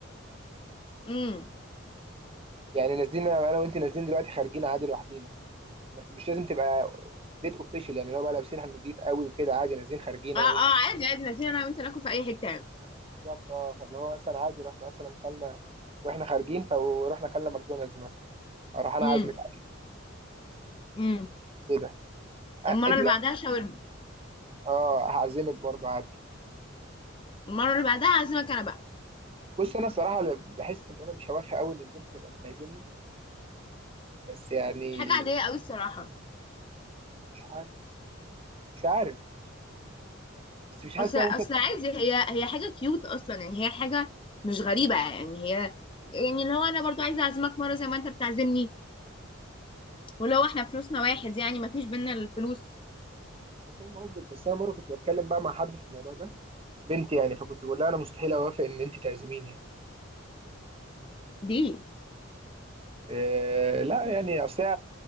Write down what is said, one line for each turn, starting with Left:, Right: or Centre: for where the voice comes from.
Left: امم
Right: يعني نازلين انا وانت نازلين دلوقتي خارجين عادي لوحدينا مش لازم تبقى ديت اوفيشال يعني اللي هو بقى لابسين هنضيف قوي وكده عادي نازلين خارجين
Left: اه
Right: انا
Left: اه
Right: وانت
Left: عادي عادي نازلين انا وانت ناكل في اي حته يعني
Right: بالظبط اه فاللي هو مثلا عادي رحنا مثلا كلنا واحنا خارجين فروحنا كلنا ماكدونالدز مثلا اروح انا
Left: امم
Right: عازمك على
Left: امم
Right: كده
Left: المره
Right: أ- انت
Left: اللي بعدها شاورما
Right: اه هعزمك برضو عادي
Left: المره اللي بعدها هعزمك انا بقى
Right: بص انا الصراحه بحس ان انا مش هوافق قوي ان البنت تبقى بتعزمني بس يعني
Left: حاجة عادية قوي الصراحة
Right: مش حاسس مش عارف بس مش حاسس
Left: اصل
Right: ان
Left: اصل
Right: انا ممكن
Left: عادي هي هي حاجة كيوت اصلا يعني هي حاجة مش غريبة يعني هي يعني اللي هو انا برضو عايزة اعزمك مرة زي ما انت بتعزمني ولو احنا فلوسنا واحد يعني ما فيش بينا الفلوس
Right: انا فاهم قصدك بس انا مره كنت بتكلم بقى مع حد في الموضوع ده بنتي يعني فكنت بقول لها انا مستحيل اوافق ان انت تعزميني يعني
Left: دي
Right: إيه لا يعني اصل هي-